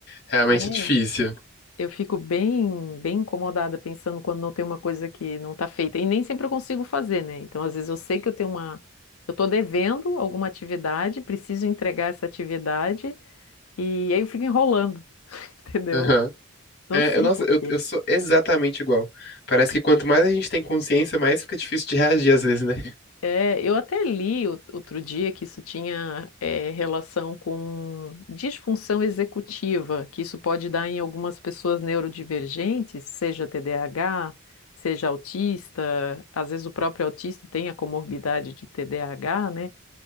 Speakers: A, on the left (about 50°); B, on the left (about 80°).
A: Realmente
B: É,
A: é difícil.
B: eu fico bem, bem incomodada pensando quando não tem uma coisa que não está feita. E nem sempre eu consigo fazer, né? Então, às vezes eu sei que eu tenho uma. Eu estou devendo alguma atividade, preciso entregar essa atividade, e aí eu fico enrolando, <laughs> entendeu?
A: Aham.
B: Não
A: É,
B: sei
A: eu, nossa,
B: por
A: eu,
B: quê.
A: eu sou exatamente igual. Parece que quanto mais a gente tem consciência, mais fica difícil de reagir às vezes, né?
B: É, eu até li o- outro dia que isso tinha é, relação com disfunção executiva, que isso pode dar em algumas pessoas neurodivergentes, seja TDAH, seja autista, às vezes o próprio autista tem a comorbidade de TDAH, né?